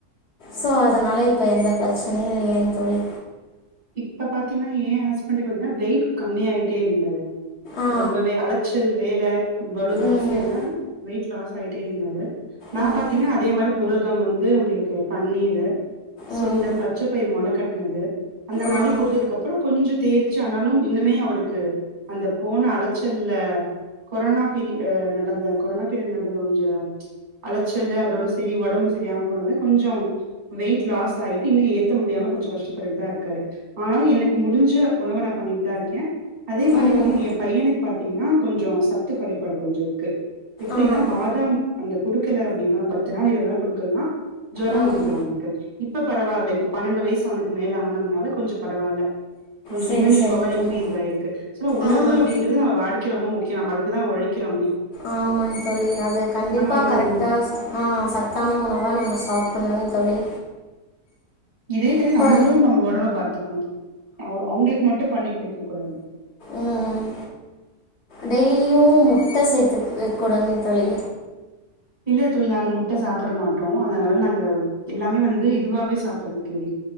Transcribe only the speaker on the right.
இப்ப பாத்தீங்ன்னா ஏ ஹஸ்பண்ட்டுக்கு பாத்திங்னா வெயிட் கம்மி ஆய்ட்டே இருந்தாரு
ரொம்பவே அலச்சல் வேல பழு தாஸ்தி
<unintelligible> வெயிட் லாஸ் போய்ட்டே இருந்தாரு நா
பாத்தீங்னா அதே மாரி புர தம் வந்து அவங்களுக்கு பன்னீரு சுண்டல்
பச்ச பயிரு மொல கட் னது அந்த
மாரி குடுத்ததுக்கு அப்றோ கொஞ்சோ தேரிச்சு ஆனாலும் இன்னுமே அவருக்கு அந்த போன அலைச்சல்ல கொரோனா பீரியட்ல நடந்த கொரோனா பீரியட்ல நடந்த கொஞ்ச அலைச்சலு அதோட செரி ஒடம்பு சரியாம போனட்னே கொஞ்சம் வெயிட் லாஸ் ஆயிட்டு இன்னு ஏத்த முடியாம கொஞ்சோ கஷ்டப்பட்டுட்டுதா இருக் காரு ஆனாலு எனக்கு முடிஞ்ச உணவ நா பண்ணிட்டு தா இருக்கே அதே மாரி
பாத்தீங்ன்னா ஏ பையனுக்கு பாத்தீங்ன்னா கொஞ்சோ சத்து குறைபாடு கொஞ்சோ இருக்கு எப்படின்னா
பாதாம் அந்த குடு க்கல அப்படின்னா ஒரு பத்து நாள் இருவது நாள் குடுக்கலனா ஜொர
வந்துரு அவனுக்கு இப்ப பரவால்ல இப்ப பன்னெண்டு வயசு அவனுக்கு மேல ஆனதுனால கொஞ்சோ பரவால்ல கொஞ்சு
இம்யூனி
பவர் இன்கிரீஸ்
ஆயிருக்கு சோ உணவு
அப்படின்றது நம்ம வாழ்க்கையில் ரொம்ப முக் நம்ம அதுக்கு தா உழைக்கிறாமே
உணவு
ரொம்ப முக்
இதே டைம்
நம்பளு நம்ம ஒடம்ப பாத்துக்குணு அவு அவுங்களுக்கு மட்டு பண்ணி குடுக்க கூடாது
இல்ல தோழி நாங்க முட்ட சாப்பிட மாட்டோ அதனால நாங்க எல்லாமே வந்து இதுவாவே சாப்பிடுற தோழி